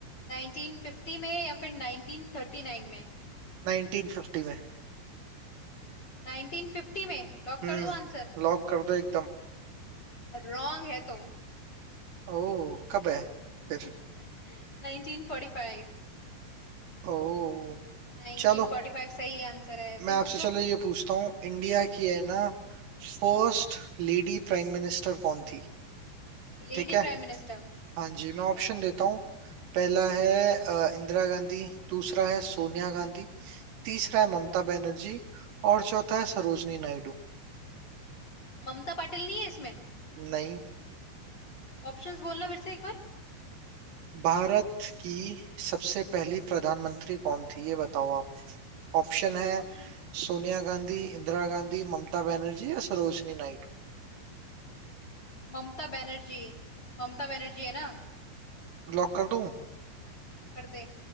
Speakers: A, on the left; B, on the right.
A: 1950 में या फिर 1939 में
B: नाइनटीन फिफ्टी में
A: 1950 में लॉक
B: हम्म
A: कर दूं आंसर
B: लॉक कर दो एकदम
A: रॉन्ग है तो
B: ओ कब है
A: <laughs>
B: फिर
A: 1945
B: ओ
A: 1945
B: चलो
A: सही आंसर है
B: मैं
A: तुम
B: आपसे
A: पूछो
B: चलो ये पूछता हूँ इंडिया की है
A: हम्म
B: ना फर्स्ट लेडी प्राइम मिनिस्टर कौन थी
A: Lady
B: ठीक है
A: prime minister
B: हाँ जी मैं
A: ठीक
B: ऑप्शन
A: है
B: देता हूँ पहला है अ, इंदिरा गांधी दूसरा है सोनिया
A: हम्म
B: गांधी तीसरा है
A: हम्म
B: ममता बनर्जी और चौथा है सरोजनी नायडू
A: ममता पाटिल नहीं है इसमें
B: नहीं
A: ऑप्शंस बोलना फिर से एक बार
B: भारत की सबसे पहली प्रधानमंत्री कौन थी ये बताओ आप ऑप्शन
A: हाँ
B: है
A: ऑप्शंस
B: सोनिया गांधी इंदिरा गांधी ममता
A: हम्म
B: बनर्जी या सरोजनी नायडू
A: ममता बनर्जी ममता बनर्जी है ना
B: लॉक कर दूं
A: कर दे